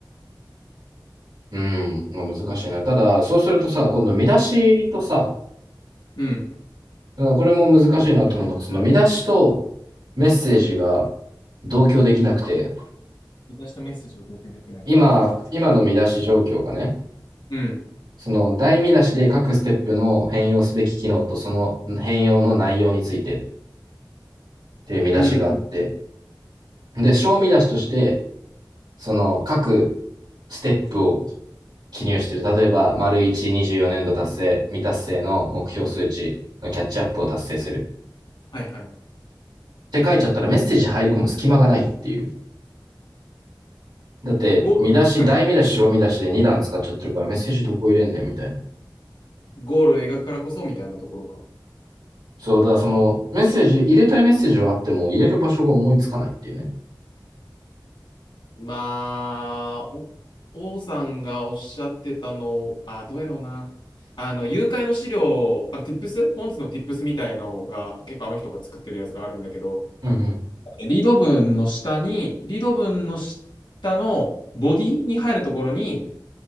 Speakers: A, on the right; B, on the left.
A: うん、まあ、難しいな。ただ、そうするとさ、今度見出しとさ、
B: うん。
A: これも難しいなと思うのがその見出しとメッセージが同居できなくて、
B: 私とメッセージが同居できない。
A: 今、今の見出し状況がね、
B: うん。
A: その大見出しで各ステップの変容すべき機能とその変容の内容についてっていう見出しがあって、
B: うんうん。
A: で、小見出しとして、その各ステップを記入してる。例えば、丸1、24年度達成、未達成の目標数値のキャッチアップを達成する。
B: はいはい。
A: って書いちゃったらメッセージ入り込む隙間がないっていう。だって、
B: ゴールを描くから、
A: 見出し、大見出し、小見出しで2段使っちゃってるからメッセージどこ入れんねんみたいな。
B: ゴールを描くからこそみたいなところか。
A: そう、だからそのメッセージ、入れたいメッセージはあっても入れる場所が思いつかないっていうね。
B: まあ、お王さんがおっしゃってたの、あ、どうやろうな。あの、誘拐の資料、あの、ティップス本日のティップスみたいのが、結構あの人が作ってるやつがあるんだけど、
A: うんうん。
B: リード文の下に、リード文の下のボディに入るところに、